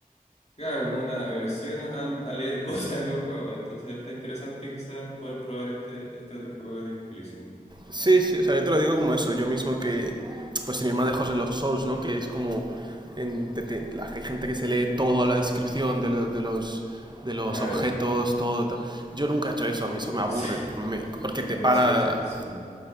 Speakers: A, on the left; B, on the right.
A: Claro, como una aversión a, a leer <laughs> cosas en los juegos. Entonces está interesante quizás poder probar este, este otro juego de Disco Elysium.
B: Sí, sí, o sea, yo te lo digo como eso, yo mismo que, pues sin ir más lejos en los Souls, ¿no? Que es como, en, te- te- la, hay gente que se lee todo a la descripción de, lo- de los de los
A: Claro,
B: objetos, todo tal. Yo nunca he hecho eso, a mí eso me
A: <laughs>
B: aburre,
A: sí,
B: me- porque
A: yo
B: te para
A: no soy esa
B: la-
A: persona.